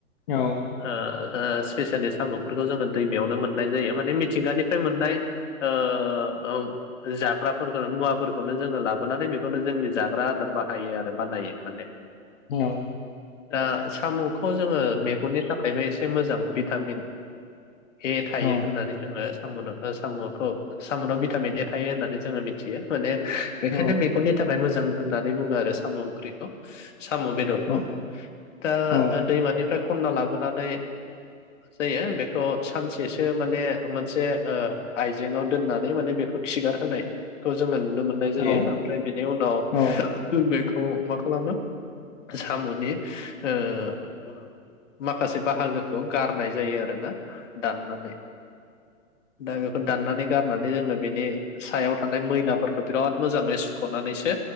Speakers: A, on the left; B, on the left.
A: औ
B: ओ स्पेसियेलि साम'फोरखौ जोङो दैमायावनो मोननाय जायो माने मिथिंगानिफ्राय मोननाय ओ ओम जाग्राफोरखौ मुवाफोरखौनो जोङो लाबोनानै बेखौनो जोंनि जाग्रा आदार बाहायो आरो बानायो माने
A: औ
B: दा साम'खौ जोङो मेगननि थाखायबो एसे मोजां भिटामिन ए थायो
A: औ
B: होननानै जोङो साम'नो ओ साम'खौ साम'नाव भिटामिन ए थायो होननानै जोङो मिथियो माने बेखायनो
A: औ
B: मेगननि थाखाय मोजां होननानै बुङो आरो साम' ओंख्रिखौ। साम' बेदरखौ
A: औ उम
B: दा
A: औ
B: दैमानिफ्राय खनना लाबोनानै जायो बेखौ सानसेसो माने मोनसे ओ आइजेङाव दोननानै माने बेखौ खिगार होनायखौ जोङो नुनो मोननाय जायो
A: औ औ
B: ओमफ्राय बेनि उनाव
A: उम औ उम औ
B: बेखौ मा खालामो साम'नि ओ माखासे बाहागोखौ गारनाय जायो आरोना दाननानै। दा बेखौ दाननानै गारनानै जोङो बेनि सायाव थानाय मैलाफोरखौ बिराद मोजाङै सुख'ना नै सो